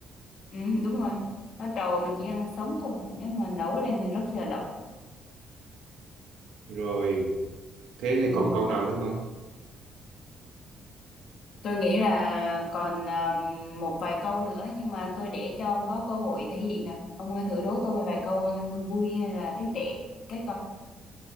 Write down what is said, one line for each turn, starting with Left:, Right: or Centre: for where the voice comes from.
Left: ừ, đúng rồi lá trầu mình chỉ ăn sống thôi nếu mà nấu lên thì rất chi là độc
Right: rồi thế thì
Left: ừ.
Right: còn câu nào nữa không
Left: tôi nghĩ là còn um, một vài câu nữa nhưng mà tôi để cho ông có cơ hội thể hiện nào ông ờ, thử đố tôi vài câu ờ, vui vui hay là trí tuệ cái coi